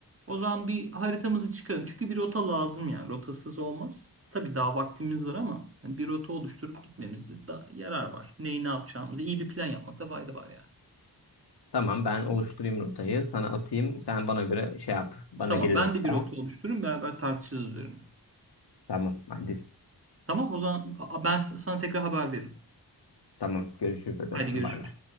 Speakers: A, on the right; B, on the left.
A: O zaman bir haritamızı çıkaralım. Çünkü bir rota lazım yani. Rotasız olmaz. Tabii daha vaktimiz var ama hani bir rota oluşturup gitmemizde da yarar var. Neyi ne yapacağımızı iyi bir plan yapmakta fayda var yani.
B: Tamam ben oluşturayım rotayı. Sana atayım. Sen bana göre şey yap. Bana
A: Tamam,
B: geri
A: ben
B: dön.
A: de bir
B: Tamam.
A: rota oluştururum beraber tartışırız üzerine.
B: Tamam hadi.
A: Tamam, o zaman a- ben sana tekrar haber veririm.
B: Tamam görüşürüz hadi
A: Haydi
B: öptüm
A: görüşürüz.
B: bay bay.